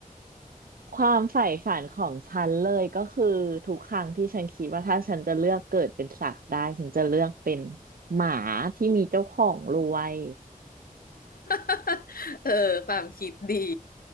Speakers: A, on the right; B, on the left.
A: ความใฝ่ฝันของฉันเลยก็คือทุกครั้งที่ฉันคิดว่าถ้าฉันจะเลือกเกิดเป็นสัตว์ได้ฉันจะเลือกเป็นหมาที่มีเจ้าของรวย
B: <laughs> เออความคิดดี